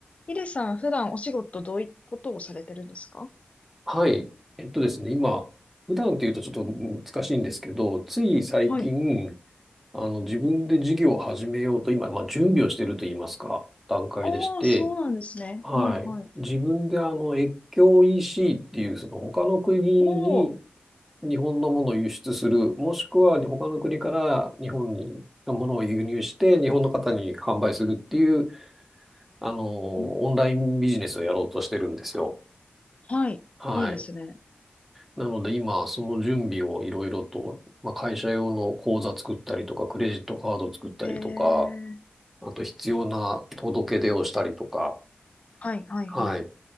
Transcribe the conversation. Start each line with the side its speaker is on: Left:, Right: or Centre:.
Left: ヒデさん、普段お仕事どういったことをされてるんですか
Centre: はい。えっとですね、今、普段というとちょっと難しいんですけど、つい最近、
Left: はい。
Centre: あの、自分で事業を始めようと、今、まあ、準備をしていると言いますか、段階でして、
Left: ああ、そうなんですね。
Centre: はい。
Left: はい、はい。
Centre: 自分であの、越境 EC っていう、その他の国に
Left: おおー、
Centre: 日本のものを輸出する、もしくは他の国から日本にものを輸入して、日本の方に販売するっていう、あの、
Left: うん
Centre: オンラインビジネスをやろうとしてるんですよ。
Left: はい。
Centre: はい。
Left: いいですね。
Centre: なので今、その準備をいろいろと、まあ、会社用の口座作ったりとか、クレジットカード作ったりとか、
Left: へえ。
Centre: あと必要な届け出をしたりとか、
Left: はい、はい、
Centre: はい。
Left: はい。